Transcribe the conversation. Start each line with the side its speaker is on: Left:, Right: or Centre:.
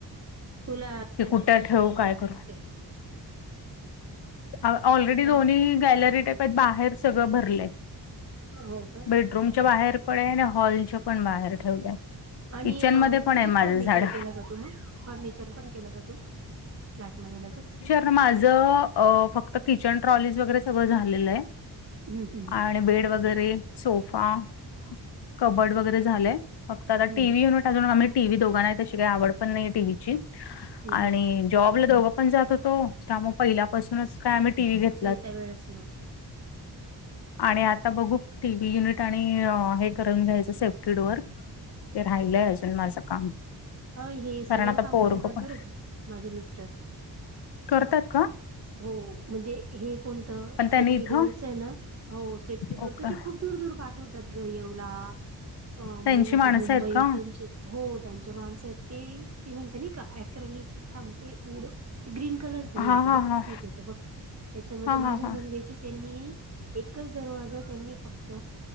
Right: तुला
Left: की
Right: <unintelligible>
Left: कुठं ठेवू काय
Right: लागतील
Left: करू
Right: ते.
Left: ऑलरेडी
Right: आता
Left: दोन्ही गॅलरी टपात बाहेर, सगळं भरलयं.
Right: हो का?
Left: बेडरूमच्या बाहेर पण ये, आणि हॉलच्या पण बाहेर ठेवलंय.
Right: आणि
Left: किचन मध्ये पण आहे
Right: विथ
Left: माझं
Right: फर्निचर
Left: झाड
Right: केलं का तुम्ही, फर्निचर पण केला जातो? फ्लॅटमध्ये लगेच.
Left: पण माझं फक्त किचन ट्रॉलीज वगैरे सगळं झालेलं आहे.
Right: हम्म हम्म
Left: आणि बेड वगैरे सोफा, कबड वगैरे झालंय. फक्त आता
Right: हम्म
Left: टी. व्ही युनिट अजून आम्ही टी. व्ही दोघांना तशी काही आवड पण नाही टीव्हीची.
Right: हम्म
Left: आणि जॉबला दोघं पण जात होतो, त्यामुळे पहिल्या पासूनच काय आम्ही टी. व्ही घेत
Right: त्यावेळेस नव्हत.
Left: आणि आता बघू टी. व्ही युनिट आणि हे करून घ्यायचं, सेफ्टी डोअर. ते राहिलंय अजून माझं काम.
Right: हा हे सगळं
Left: कारण आता
Right: काम
Left: पोरग
Right: करतात,
Left: पण
Right: बरं का माझे मिस्टर.
Left: करतात का?
Right: हो, म्हणजे हे कोणतं
Left: पण त्यांनी
Right: सेफ्टी
Left: इथं
Right: डोअरचं आहे, ना हो सेफ्टी डोअच
Left: ओके
Right: ते खूप दूर दूर पाठवतात, गं येवला मी
Left: त्यांची
Right: म्हणते
Left: माणसं
Right: मुंबई
Left: आहेत का
Right: त्यांचे हो त्यांचे माणसं आहेत, ते ती म्हणते नाही का अक्रेली थांबते उड ते ग्रीन कलरच हे
Left: हा
Right: येत
Left: हा
Right: बघ
Left: हा
Right: सीट ये इत बघ त्याच्यामध्ये
Left: हा
Right: माझ्या
Left: हा हा
Right: नंदेची त्यांनी एकच दरवाजा त्यांनी फक्त